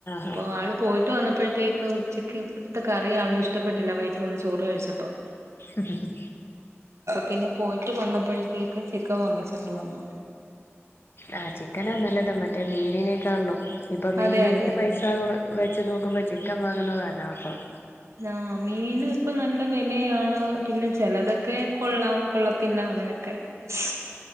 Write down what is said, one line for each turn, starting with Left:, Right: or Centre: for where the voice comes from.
Right: അപ്പൊ
Left: ഹാ
Right: ആള് പോയിട്ട് വന്നപ്പോഴത്തേ ക്ക് ഉച്ചകത്തെ കറി ആളിൻ ഇഷ്ടപ്പെട്ടില്ല വൈിട്ട് വന്ന് ചോറ് കഴിച്ചപ്പോ-
Left: ആഹ് -
Right: പിന്നെ പോയിട്ട് വന്നപ്പോഴത്തേക്ക് ചിക്കൻ വാങ്ങിച്ചൊണ്ട് വന്നു.
Left: ആഹ് ചിക്കൻ നല്ലത മറ്റേ മീനിനേക്കാ ഉള്ളും, ഇപ്പൊ മീനിന്റെ
Right: അതെ അതെ
Left: പൈസ സാ വെച്ച് നോക്കുമ്പോ ചിക്കൻ വാങ്ങുന്നതാ ലാഭം.
Right: ആഹ് മീൻ ഇപ്പൊ നല്ല വിലയാണ് പിന്നെ ചിലതൊക്കെ കൊള്ളാം കൊള്ളത്തില്ല അങ്ങനൊക്കെ <inaudible>